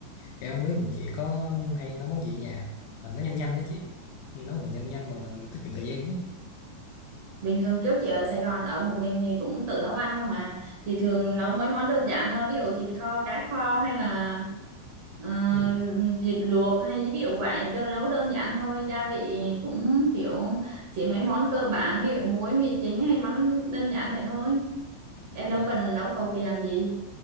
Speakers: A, on the left; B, on the right.
A: em không biết mình chị có hay nấu món gì ở nhà mà nó nhanh nhanh đó chị nấu còn nhanh nhanh mà tiết kiệm thời gian á.
B: Bình thường trước chị ở Sài Gòn ở một mình thì cũng tự nấu ăn không mà. Thì thường nấu mấy món đơn giản thôi, ví dụ thịt kho, cá kho hay là ờ,
A: ừ.
B: thịt luộc hay ví dụ vậy, đơn nấu đơn giản thôi, gia vị cũng kiểu chỉ mấy món cơ bản, ví dụ muối, mì chính hay mắm đơn giản vậy thôi. Em đâu
A: Ờ,
B: cần nấu cầu kỳ làm gì.